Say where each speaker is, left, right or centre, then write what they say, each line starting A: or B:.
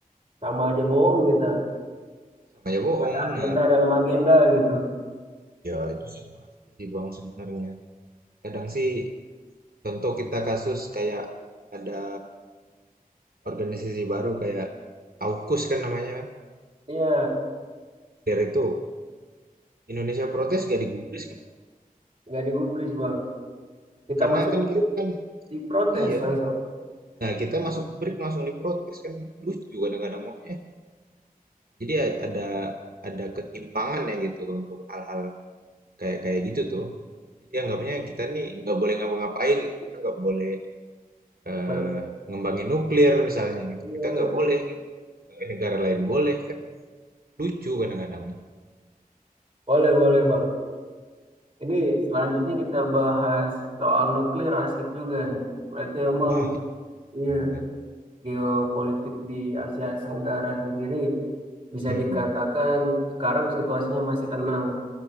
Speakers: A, on the right; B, on the right.
A: sama aja bohong kita.
B: sama aja bohong
A: ada
B: bener.
A: agenda dalam agenda gitu.
B: Ya itu sih pasti sih bang sebenarnya. Kadang sih contoh kita kasus kayak ada organisasi baru kayak AUKUS kan namanya. kan.
A: Iya,
B: Dari itu Indonesia protes gak digubris kan?
A: nggak digubris bang. Kita
B: Karena
A: masuk
B: kan
A: gubris,
B: kita kan
A: diprotes
B: iya.
A: langsung.
B: Nah, kita masuk break langsung diprotes kan lucu kadang-kadang maksudnya. Jadi ya ada ada ketimpangan ya gitu untuk hal-hal kayak kayak gitu tuh. Jadi anggapnya kita nih nggak boleh ngapa-ngapain gitu. Kita nggak boleh eh,
A: Ber-
B: ngembangin nuklir misalnya gitu.
A: iya,
B: Kita nggak boleh gitu. Tapi negara lain boleh kan lucu kadang-kadang.
A: boleh boleh bang. Ini selanjutnya kita bahas soal nuklir asik juga nih. Berarti emang
B: Wah, iya,
A: iya
B: benar-benar.
A: geopolitik di Asia Tenggara sendiri bisa
B: Hmm.
A: dikatakan sekarang situasinya masih tenang.